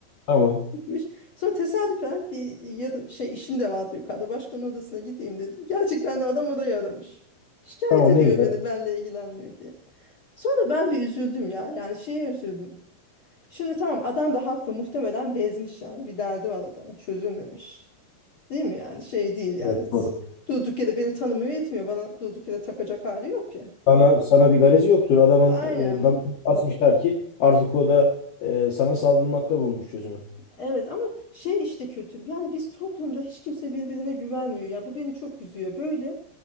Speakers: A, on the left; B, on the left.
A: Tamam.
B: Gitmiş. Sonra tesadüfen bir yardım, şey işim de vardı yukarıda. Başkanın odasına gideyim dedim. Gerçekten de adam orayı aramış. Şikayet
A: Tamam
B: ediyor
A: ne güzel.
B: beni benle ilgilenmiyor diye. Sonra ben bir üzüldüm ya. Yani şeye üzüldüm. Şimdi tamam adam da haklı muhtemelen bezmiş yani. Bir derdi var adamın çözülmemiş. Değil mi yani şey değil yani.
A: Evet doğru.
B: Durduk yere beni tanımıyor etmiyor. Bana durduk yere takacak hali yok ya.
A: Sana, sana bir garezi yoktur. Adamın
B: Aynen
A: e, damarını
B: bu.
A: basmışlar ki artık o da e, sana saldırmakta bulmuş çözümü.
B: Evet ama şey işte kötü. Yani biz toplumda hiç kimse birbirine güvenmiyor. Ya bu beni çok üzüyor. Böyle